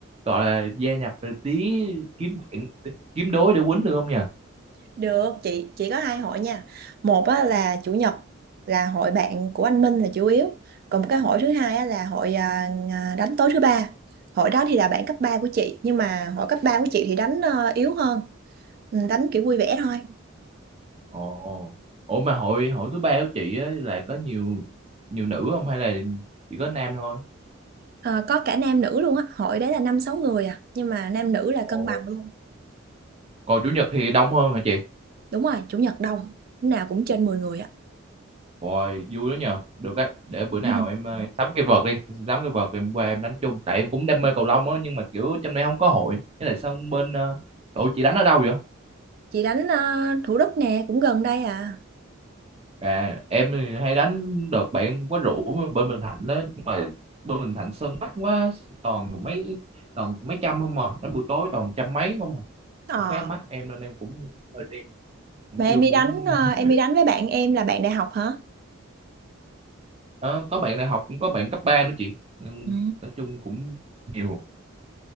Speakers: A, on the right; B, on the right.
A: gọi là gia nhập tí kiếm bạn kiếm đối để quýnh được không nhỉ
B: được chị chị có hai hội nha một á, là chủ nhật là hội bạn của anh Minh là chủ yếu còn một cái hội thứ hai á, là hội à, à, đánh tối thứ ba hội đó thì là bạn cấp 3 của chị nhưng mà hội cấp 3 của chị thì đánh à, yếu hơn Ừ, đánh kiểu vui vẻ thôi
A: Ồ. Ủa mà hội hội thứ ba của chị á là có nhiều nhiều nữ không hay là chỉ có nam thôi?
B: Ờ, có cả nam nữ luôn á hội đấy là năm sáu người à nhưng mà nam nữ là
A: Ồ.
B: cân bằng luôn
A: Còn chủ nhật thì đông hơn hả chị?
B: đúng rồi chủ nhật đông lúc nào cũng trên mười người á
A: Rồi, vui đó nhờ. Được đấy, để bữa nào
B: <laughs>
A: em, ờ, em sắm cái vợt đi, Em sắm cái vợt rồi em qua em đánh chung tại em cũng đam mê cầu lông á nhưng mà kiểu trong này không có hội. Với lại sân bên ờ, ủa chị đánh ở đâu vậy?
B: chị đánh ờ, Thủ Đức nè cũng gần đây à
A: À em thì hay đánh đợt bạn em có rủ bên Bình Thạnh đó nhưng mà bên Bình Thạnh sân mắc quá toàn mấy toàn mấy trăm không mà đánh buổi tối toàn trăm mấy không à.
B: ờ
A: cũng khá mắc em nên em cũng hơi rén, cũng
B: mà em
A: chưa
B: đi
A: muốn
B: đánh ờ,
A: <laughs>
B: em đi đánh với bạn em là bạn đại học hả
A: Ờ, có bạn đại học cũng có bạn cấp 3 nữa chị nên
B: Ừ.
A: nói chung cũng nhiều